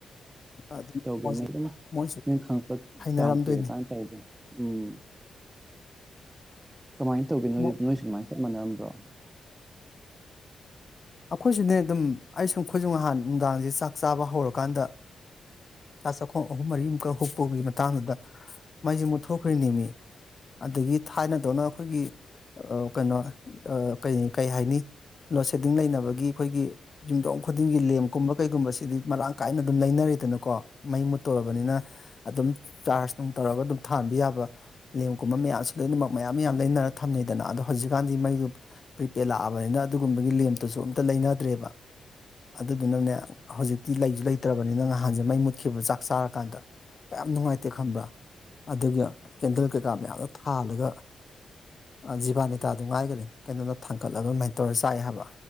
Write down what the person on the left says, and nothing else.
ꯑꯗꯨꯝ
ꯃꯣꯏꯁꯨ
ꯃꯣꯏꯁꯨ
ꯍꯩꯅꯔꯝꯗꯣꯏꯅꯤ
ꯃꯣꯏ
ꯑꯩꯈꯣꯏꯁꯨꯅꯦ ꯑꯗꯨꯝ ꯑꯩ ꯁꯨꯝ ꯑꯩꯈꯣꯏꯁꯨ ꯅꯍꯥꯟ ꯅꯨꯡꯗꯥꯡꯖꯦ ꯆꯥꯛ ꯆꯥꯕ ꯍꯧꯔꯀꯥꯟꯗ ꯆꯥꯛ ꯆꯥꯈꯣꯡ ꯑꯍꯨꯝ ꯃꯔꯤꯃꯨꯛꯀ ꯍꯨꯛꯄꯒꯤ ꯃꯇꯥꯡꯗꯨꯗ ꯃꯩꯁꯦ ꯃꯨꯠꯊꯣꯛꯈ꯭ꯔꯦꯅꯤꯃꯤ ꯑꯗꯒꯤ ꯊꯥꯏꯅꯗꯧꯅ ꯑꯩꯈꯣꯏꯒꯤ ꯑꯥ ꯀꯩꯅꯣ ꯑꯥ ꯀꯩ ꯀꯩ ꯍꯥꯏꯅꯤ <unintelligible> ꯗꯤꯡ ꯂꯩꯅꯕꯒꯤ ꯑꯩꯈꯣꯏꯒꯤ ꯌꯨꯝꯊꯣꯡ ꯈꯨꯗꯤꯡꯒꯤ ꯂꯦꯝꯒꯨꯝꯕ ꯀꯩꯒꯨꯝꯕꯁꯤꯗꯤ ꯃꯔꯥꯡ ꯀꯥꯏꯅ ꯑꯗꯨꯝ ꯂꯩꯅꯔꯦꯗꯅꯀꯣ ꯃꯩ ꯃꯨꯠꯇꯧꯔꯕꯅꯤꯅ ꯑꯗꯨꯝ ꯆꯥꯔꯖ ꯅꯨꯡ ꯇꯧꯔꯒ ꯑꯗꯨꯝ ꯊꯥꯟꯕ ꯌꯥꯕ ꯂꯦꯝꯒꯨꯝꯕ ꯃꯌꯥꯝ ꯑꯁꯤ ꯂꯣꯏꯅꯃꯛ ꯃꯌꯥꯝ ꯃꯌꯥꯝ ꯂꯩꯅꯔ ꯊꯝꯅꯩꯗꯅ ꯑꯗꯣ ꯍꯧꯖꯤꯛꯀꯥꯟꯗꯤ ꯃꯩꯗꯨ ꯄ꯭ꯔꯤꯄꯦꯗ ꯂꯥꯛꯑꯕꯅꯤꯅ ꯑꯗꯨꯒꯨꯝꯕꯒꯤ ꯂꯦꯝ ꯇꯨꯁꯨ ꯑꯝꯇ ꯂꯩꯅꯗ꯭ꯔꯦꯕ ꯑꯗꯨꯗꯨꯅꯅꯦ ꯍꯧꯖꯤꯛꯇꯤ ꯂꯩꯁꯨ ꯂꯩꯇ꯭ꯔꯕꯅꯤꯅ ꯅꯍꯥꯟꯁꯨ ꯃꯩ ꯃꯨꯠꯈꯤꯕ ꯆꯥꯛ ꯆꯥꯔꯀꯥꯟꯗ ꯌꯥꯝ ꯅꯨꯡꯉꯥꯏꯇꯦ ꯈꯪꯕ꯭ꯔꯥ ꯑꯗꯨꯒ ꯀꯦꯟꯗꯜ ꯀꯩꯀꯥ ꯃꯌꯥꯝꯗꯣ ꯊꯥꯜꯂꯒ ꯗꯣꯕꯥꯅꯤꯇꯥꯗꯨ ꯉꯥꯏꯈꯔꯦ ꯀꯦꯟꯗꯜꯗꯨ ꯊꯥꯡꯒꯠꯂꯒ ꯑꯗꯨꯃꯥꯏꯅ ꯇꯧꯔ ꯆꯥꯏ ꯍꯥꯏꯕ